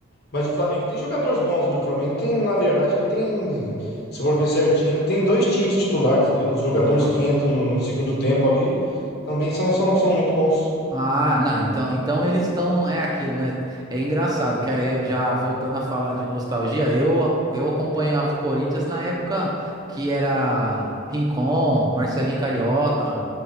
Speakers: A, on the left; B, on the right.
A: mas o Flamengo tem jogadores bons ali. O Flamengo tem, na verdade, ele tem, se eu for ver certinho, ele tem dois times titulares ali. Os jogadores
B: porra.
A: que entram no, no segundo tempo ali também são, são, são muito bons.
B: Ah, não, então, então eles estão, é aquilo, né? É engraçado que aí, eu- já voltando a falar de nostalgia, eu, a- eu acompanhava o Corinthians na época que era Rincon, Marcelinho Carioca,